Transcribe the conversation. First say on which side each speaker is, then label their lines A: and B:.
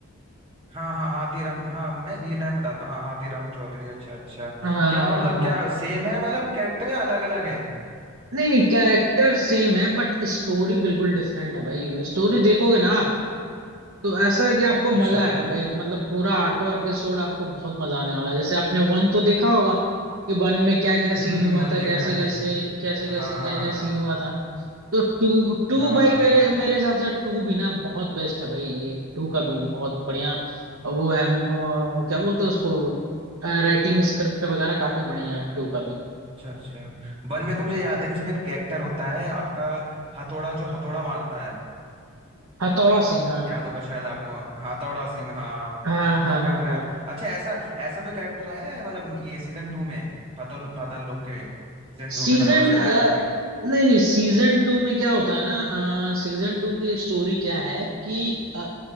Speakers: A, on the right (about 25°); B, on the right (about 70°).
A: हाँ हाँ हाथीराम हाँ मैं रियल नाम बताता हाँ हाथीराम चौधरी अच्छा अच्छा
B: हाँ हाँ
A: क्या मतलब
B: हाँ हाँ।
A: क्या सेम है मतलब कैरेक्टर या अलग अलग है
B: नहीं नहीं कैरेक्टर सेम है बट स्टोरी बिल्कुल डिफरेंट है भाई स्टोरी देखोगे ना आप तो ऐसा है कि आपको
A: अच्छा
B: मजा आएगा भाई मतलब पूरा आठों एपिसोड आपको बहुत मजा आने वाला है जैसे आपने वन तो देखा होगा कि वन में क्या क्या
A: हम्म
B: सीन
A: हम्म,
B: हुआ
A: वन
B: था
A: देखा
B: कैसे
A: है मैंने
B: कैसे कैसे
A: हाँ
B: कैसे क्या
A: हाँ हाँ
B: क्या सीन हुआ था तो टू टू
A: हाँ
B: भाई मेरे मेरे हिसाब से टू भी ना बहुत बेस्ट है भाई ये टू का भी बहुत बढ़िया वो है वो, क्या बोलते हैं उसको राइटिंग स्क्रिप्ट वगैरह काफी बढ़िया है टू का भी
A: अच्छा अच्छा वन में तो मुझे याद है कि इसमें एक कैरेक्टर होता है आपका हथौड़ा जो हथौड़ा मारता है
B: हथौड़ा सिंह हाँ
A: याद होगा शायद आपको हथौड़ा सिंह हाँ
B: हाँ हाँ
A: मुझे वो कैरेक्टर
B: हाँ हाँ
A: याद अच्छा ऐसा ऐसा कोई कैरेक्टर आया है मतलब ये सीजन टू में पाताल पाताल लोक के सीजन टू
B: सीजन
A: में हथौड़ा सिंह जैसा कोई
B: नहीं नहीं सीजन टू में क्या होता है ना सीजन टू की स्टोरी क्या है कि अ,